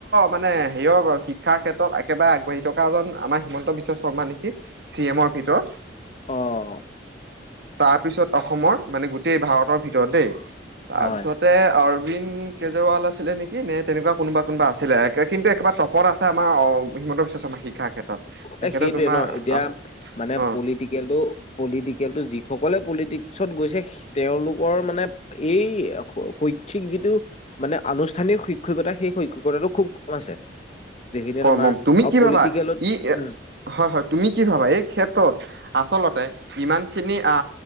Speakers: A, on the right; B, on the left.
A: মানে হেৰিয়ৰ শিক্ষাৰ ক্ষেত্ৰত একেবাৰে আগবাঢ়ি থকা জন আমাৰ হিমন্ত বিশ্ব শৰ্মা নেকি? চি এমৰ ভিতৰত?
B: অ'।
A: তাৰপিছত অসমৰ মানে গোটেই ভাৰতৰ ভিতৰত দেই তাৰপিছত,
B: হয়
A: তে অৰবিন্দ কেজৰৱাল আছিলে নেকি নে তেনেকুৱা কোনোবা কোনোবা আছিলে কিন্তু একেবাৰ, তপত আছে আমাৰ হিমন্ত বিশ্ব শৰ্মা শিক্ষাৰ ক্ষেত্ৰত। তেখেতে
B: এ সেইটোৱে
A: তোমাৰ
B: ন এতিয়া
A: আ
B: মানে
A: অ
B: পলিটিক, টিকেলটো পলিটিকেলটো যিসকলে পলিটিক্সত গৈছে, তেওঁলোকৰ মানে এই শৈক্ষিক যিটো। মানে আনুষ্ঠানিক শিক্ষকতা সেই শৈক্ষিকতাটো খুব। আছে যিখিনিয়ে
A: কম
B: তোমাৰ
A: তুমি
B: আৰু
A: কি
B: পলিটিকেলত।
A: ভাবা ই
B: উম
A: হয় হয় তুমি কি ভাবা এই ক্ষেত্ৰত আচলতে। ইমান খিনি আ